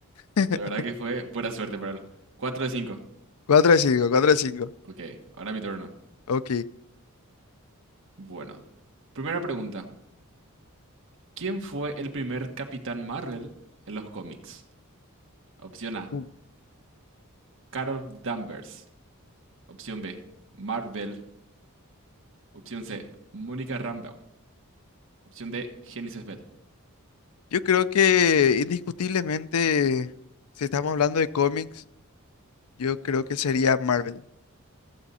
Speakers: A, on the left; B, on the right.
A: <laughs>
B: La verdad que fue pura suerte para él. Cuatro de cinco,
A: cuatro de 5, 4 de cinco,
B: Ok, ahora mi turno.
A: Ok.
B: Bueno. Primera pregunta. ¿Quién fue el primer Capitán Marvel en los cómics? Opción A.
A: Uh,
B: Carol Danvers. Opción B. Marvel. Opción C. Mónica Rambeau. Opción D. Genesis Bell.
A: Yo creo que indiscutiblemente, si estamos hablando de cómics, yo creo que sería Marvel.